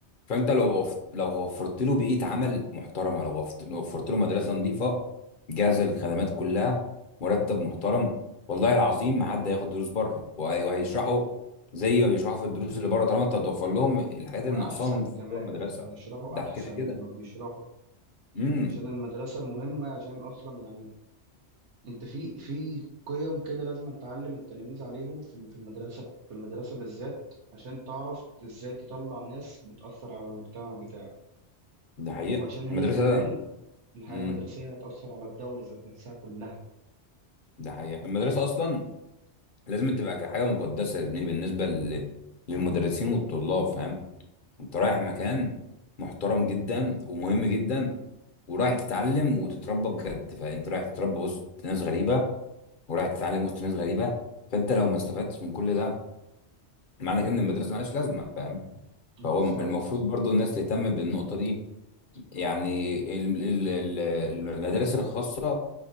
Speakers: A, on the left (about 50°); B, on the right (about 85°).
A: فانت لو وف- لو وفرت له بيئه عمل محترمه لو وفت- لو وفرت له مدرسه نظيفه جاهزه للخدمات كلها مرتب محترم والله العظيم ما حد هياخد دروس بره وهي- وهيشرحوا زي ما بيشرحوا في الدروس اللي بره طالما انت هتوفر لهم الحاجات
B: وأحسن
A: اللي ناقصاهم في
B: كمان
A: جوه المدرسه
B: يعني يشرحوا
A: ده
B: أحسن
A: كده كده
B: ما بيشرحوا
A: امم
B: عشان المدرسة مهمة عشان أصلا يعني أنت في في قيم كده لازم تعلم التلاميذ عليهم في ال- في المدرسة في المدرسة بالذات عشان تعرف إزاي تطلع ناس بتأثر على المجتمع بتاعك
A: ده حقيقه
B: وعشان هي
A: المدرسه
B: كمان الحياة
A: امم
B: المدرسية هتأثر على الدولة ذات نفسها كلها
A: ده حقيقه المدرسه اصلا لازم تبقى حاجه مقدسه يا زميلي بالنسبه لل- للمدرسين والطلاب فاهم انت رايح مكان محترم جدا ومهم جدا ورايح تتعلم وتتربى بجد فانت رايح تتربى وسط ناس غريبه ورايح تتعلم وسط ناس غريبه فانت لو ما استفدتش من كل ده معنى كده ان المدرسه مالهاش لازمه فاهم
B: بالظبط
A: فهو م- المفروض برضو الناس تهتم بالنقطه دي يعني ال- ال- ال- المدارس الخاصه